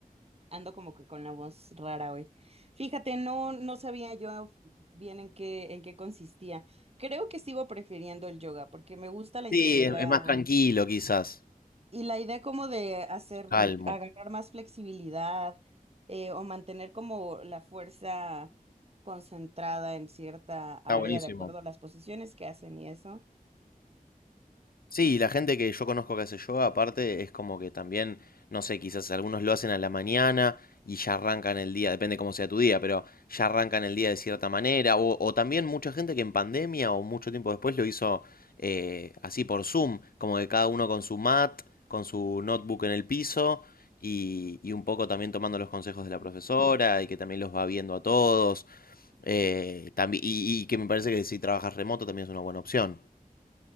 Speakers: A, on the right; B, on the left.
A: Ando como que con la voz rara hoy. Fíjate, no, no sabía yo f- bien en qué, en qué consistía. Creo que sigo prefiriendo el yoga porque me gusta la,
B: Sí,
A: inte-
B: es,
A: la
B: es más tranquilo quizás,
A: y la idea como de hacer,
B: calmo.
A: agarrar más flexibilidad eh, o mantener como la fuerza concentrada en cierta área
B: Está buenísimo.
A: de acuerdo a las posiciones que hacen y eso.
B: Sí, la gente que yo conozco que hace yoga, aparte, es como que también, no sé, quizás algunos lo hacen a la mañana y ya arrancan el día, depende cómo sea tu día, pero ya arrancan el día de cierta manera. O, o también mucha gente que en pandemia o mucho tiempo después lo hizo eh, así por Zoom, como que cada uno con su mat, con su notebook en el piso y, y un poco también tomando los consejos de la profesora y que también los va viendo a todos. eh, tambi- y, y que me parece que si trabajas remoto también es una buena opción.